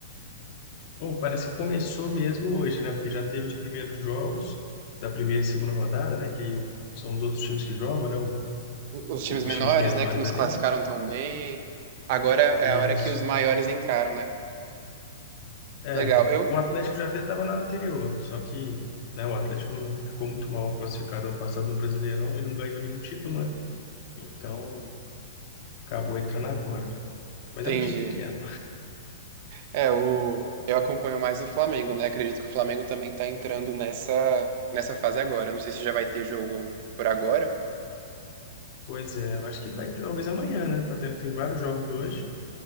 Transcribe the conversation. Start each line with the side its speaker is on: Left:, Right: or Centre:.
Left: Pô, parece que começou mesmo hoje, né? Porque já teve os primeiros jogos da primeira e segunda rodada, né? Que aí o- são os outros times que jogam, né? o-
Right: Os
Left: Os
Right: times menores,
Left: times menores
Right: né, que nos
Left: ali.
Right: classificaram tão bem. Agora é
Left: Isso.
Right: a hora que os maiores entraram, né?
Left: É,
Right: Legal, eu
Left: o Atlético já até estava na anterior, só que, né, o Atlético não ficou muito mal classificado ano passado no Brasileirão e não ganhou nenhum título, né? Então, acabou entrando agora. Mas
Right: entendi.
Left: é um time pequeno.
Right: É, o... eu acompanho mais o Flamengo, né? Acredito que o Flamengo também tá entrando nessa, nessa fase agora. Não sei se já vai ter jogo por agora.
Left: Pois é, eu acho que vai talvez amanhã, né? Tá tendo, tem vários jogos hoje.